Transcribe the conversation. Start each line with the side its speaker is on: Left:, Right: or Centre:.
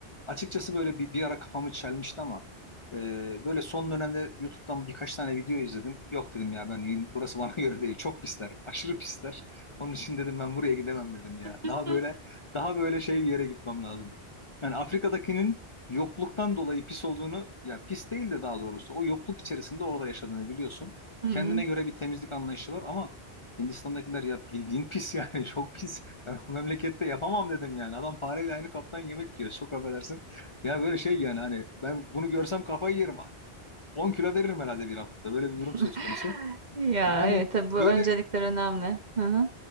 Left: Açıkçası böyle bir, bir ara kafamı çelmişti ama e, böyle son dönemde YouTube'dan birkaç tane video izledim. Yok dedim ya ben burası bana <laughs> göre değil. Çok pisler. Aşırı pisler. Onun için dedim ben buraya gidemem dedim ya.
Right: <laughs>
Left: Daha böyle daha böyle şey bir yere gitmem lazım. Yani Afrika'dakinin yokluktan dolayı pis olduğunu ya pis değil de daha doğrusu o yokluk içerisinde orada yaşadığını biliyorsun.
Right: Hı hı.
Left: Kendine
Right: Hı hı.
Left: göre bir temizlik anlayışı var ama Hindistan'dakiler ya bildiğin pis yani <laughs> çok pis. Ben bu memlekette yapamam dedim yani. Adam fareyle aynı kaptan yemek yiyor. Çok affedersin. Ya böyle şey yani hani ben bunu görsem kafayı yerim. 10 kilo veririm herhalde bir haftada. Böyle bir durum
Right: <laughs>
Left: söz konusu.
Right: Ya
Left: Yani
Right: evet tabii bu öncelikler
Left: böyle
Right: önemli. Hı hı.